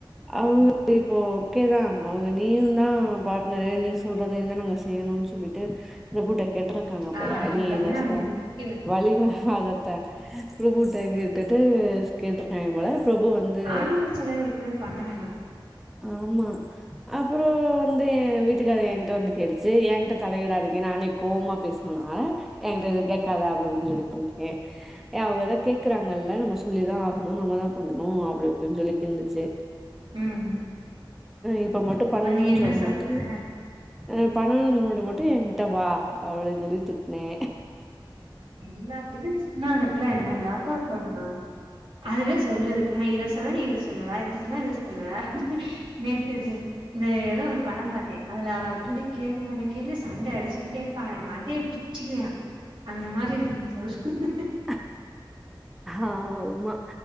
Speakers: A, in the centre; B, on the right.
A: அவங்க இப்போ ஓகேதா அவுங்க நீயும் தா பார்ட்னரு நீ சொல்றதையு தா நாங்க செய்யணுன் சொல்லிட்டு பிரபுட்ட கேட்ருக்காங்க
B: ஆ
A: போல நீ
B: இப்பதா
A: என்ன
B: அவங்களுக்கு
A: சொல்ல
B: புத்தி வந்துரு
A: வலிமா அதத்தா பிரபுட்ட கேட்டுட்டு கேட்ருக்காங்க போல பிரபு வந்து
B: ஆடம்பர செலவு எப்பயுமே பண்ண வேணா
A: ஆமா அப்பற வந்து எ வீட்டுக்காரு எங்கிட்ட வந்து கேட்டுச்சு என்கிட்ட தலையிடாதிங்க நானே கோவமா பேசுணுனா எங்கிட்ட எது கேக்காத அப்டி இப்டின் சொல்லிட் வந்ட்டே ஏ அவங்கதா கேக்குறாங்கல்ல நம்ம சொல்லிதா ஆகணு நம்ம தா பண்ணணு அப்டி இப்டின்னு சொல்லிட்டு இருந்துச்சு
B: ம்
A: இப்ப மட்டு பண்ணணுன்
B: அப்புற நீ என்ன
A: சொன்னோட்டு
B: சொன்ன
A: என்ன பண்ணனுன் சொல்லு போது மட்டு ஏ கிட்ட வா அப்டின் சொல்லி திட்னே
B: எல்லாத்துக்கு திட்னா அந்த புள்ள என்னதாப்பா பண்ணு அதுவே சொல்லுது நா இத சொன்னா நீ இத சொல்லுவ இத சொன்னா இத சொல்லுவ நேத்து இந்த ஏதோ ஒரு பட பாத்தே அதுல அவ இப்டிதா
A: ம்
B: கேள்வி மேல கேள்வி சண்ட அடிச்சிகிட் கேப்பா அவ மண்டய பிச்சுக்குவா அந்த மாரி இருக்கு நீ சொல்றது
A: ஹ ஆமா.